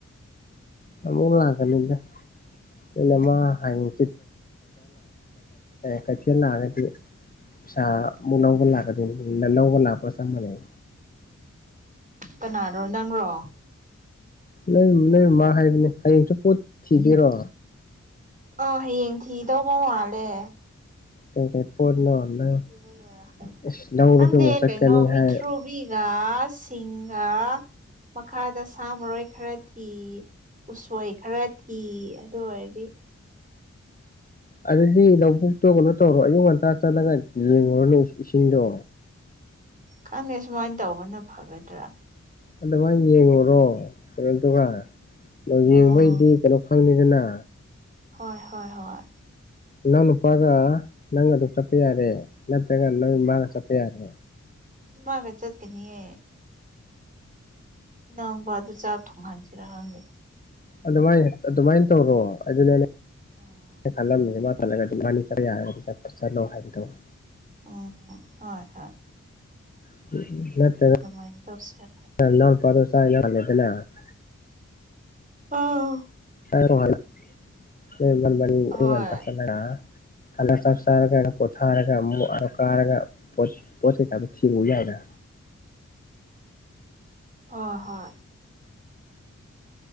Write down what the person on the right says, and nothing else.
ꯀꯅꯥꯅꯣ ꯅꯪꯔꯣ
ꯑꯣ ꯍꯌꯦꯡ ꯊꯤꯗꯧꯕ ꯃꯥꯜꯂꯦ
ꯍꯌꯦꯡ
ꯊꯤꯔꯒ
ꯀꯟꯗꯦ
ꯀꯩꯅꯣ ꯃꯤꯊ꯭ꯔꯨꯕꯤꯒ
ꯁꯤꯡꯒꯥ ꯃꯈꯥꯗ ꯁꯥ ꯃꯔꯣꯏ ꯈꯔ ꯊꯤ ꯎꯁꯣꯏ ꯈꯔ ꯊꯤ ꯑꯗꯨ ꯑꯣꯏꯔꯗꯤ
ꯈꯪꯉꯦ ꯁꯨꯃꯥꯏꯟ ꯇꯧꯕꯅ ꯐꯒꯗ꯭ꯔꯥ
ꯑꯥ
ꯍꯣꯏ ꯍꯣꯏ ꯍꯣꯏ
ꯃꯥꯒ ꯆꯠꯀꯅꯤꯌꯦ ꯏꯅꯥꯎꯕꯥꯗꯨ ꯆꯥꯛ ꯊꯣꯡꯍꯟꯁꯤꯔꯥ ꯈꯪꯗꯦ
ꯑꯥ
ꯑꯣ ꯍꯣꯏ ꯍꯣꯏ
ꯗꯨꯃꯥꯏꯟ ꯇꯧꯁꯤꯔꯥ ꯈꯜ
ꯑꯥꯎ
ꯍꯣꯏ
ꯍꯣꯏ ꯍꯣꯏ